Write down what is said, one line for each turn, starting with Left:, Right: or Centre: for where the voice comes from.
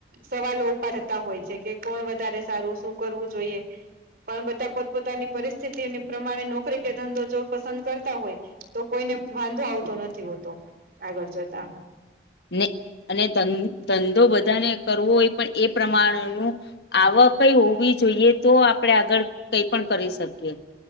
Right: સવાલો ઉપર <unintelligible> તા હોય છે. કે કોણ વધારે સારું, શું કરવું જોઈએ. પણ, બધા પોત-પોતાની પરિસ્થિતિની- -પ્રમાણે નોકરી કે ધંધો જો પસંદ કરતા હોય, તો કોઈને વાંધો આવતો નથી હોતો. આગળ જતા-
Left: -ને અને ધંધો બધાને કરવો હોય પણ એ પ્રમાણ નું - આવકઈ હોવી જોઈએ, તો આપડે આગળ કઈ પણ કરી શકીએ.